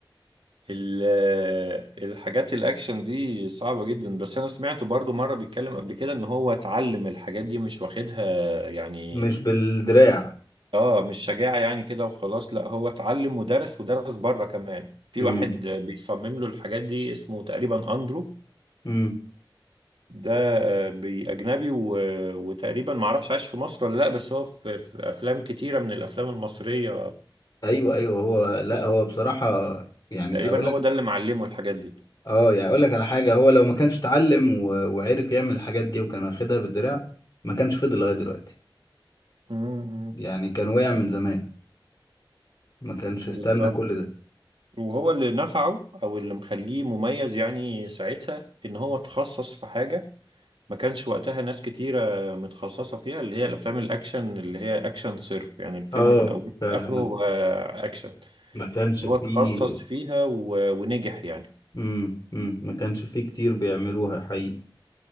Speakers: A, on the right (about 80°); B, on the left (about 50°).
A: ال- آه، الحاجات الاكشن دي صعبة جدا بس انا سمعته برضو مرة بيتكلم قبل كده ان هو اتعلم الحاجات دي مش واخدها يعني
B: مش بالدراع
A: اه مش شجاعة يعني كده وخلاص لا هو اتعلم ودرس ودرس بره كمان في
B: امم
A: واحد آه، بيصمم له الحاجات دي اسمه تقريبا اندرو
B: امم
A: ده آه، بأجنبي و... وتقريبا معرفش عايش في مصر ولا لأ بس هو في... في أفلام كتيرة من الأفلام المصرية
B: ايوه ايوه هو لا هو بصراحه يعني
A: تقريبا
B: اقول لك
A: هو ده اللي معلمه الحاجات دي
B: اه يعني اقول لك على حاجه هو لو ما كانش اتعلم و... وعرف يعمل الحاجات دي وكان واخدها بالدراع ما كانش فضل لغايه دلوقتي
A: امم
B: يعني كان وقع من زمان ما كانش
A: بالظبط
B: استنى كل ده
A: وهو اللي نفعه او اللي مخليه مميز يعني ساعتها ان هو اتخصص في حاجه ما كانش وقتها ناس كتيره متخصصه فيها اللي هي الافلام الاكشن اللي هي اكشن صرف يعني الفيلم
B: اه
A: من اوله
B: فعلا
A: لاخره
B: ما
A: هو اكشن
B: ما كانش
A: هو
B: فيه
A: اتخصص فيها و... ونجح يعني
B: امم امم ما كانش فيه كتير بيعملوها حقيقي